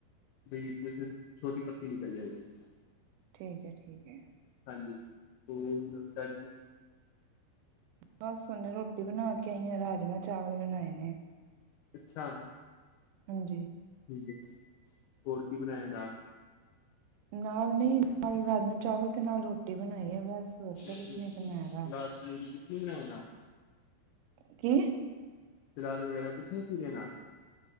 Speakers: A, on the left; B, on the right.
A: ਬਈ ਜੇ ਤੇ ਛੋਟੀ ਪੱਤੀ ਨਿਕਲ ਜਾਏਗੀ
B: ਠੀਕ ਐ- ਠੀਕ ਐ।
A: ਹਾਂਜੀ, ਹੋਰ ਨਵੀਂ ਤਾਜੀ ਕੁੱਝ
B: ਬਸ ਹੋਨੇ ਰੋਟੀ ਬਣਾ ਕੇ ਆਈ ਆ, ਰਾਜਮਾਂ ਚਾਵਲ ਬਣਾਏ ਨੇ
A: ਅੱਛਾ
B: ਹਾਂਜੀ
A: ਠੀਕ ਏ ਜੀ, ਹੋਰ ਕੀ ਬਣਾਇਆ ਨਾਲ?
B: ਨਾਲ ਨਈ, ਨਾਲ ਰਾਜਮ ਚਾਵਲ ਤੇ ਨਾਲ ਰੋਟੀ ਬਨਾਈ ਐ ਬਸ। ਹੋਰ
A: <unintelligible>
B: ਤਾਂ ਕੁਛ ਨੀ ਬਣਾਇਆ ਗਾ ਕੀ?
A: ਸਲਾਦ ਵਗੈਰਾ ਕੁਛ ਨੀ ਚੀਰਿਆ ਨਾਲ?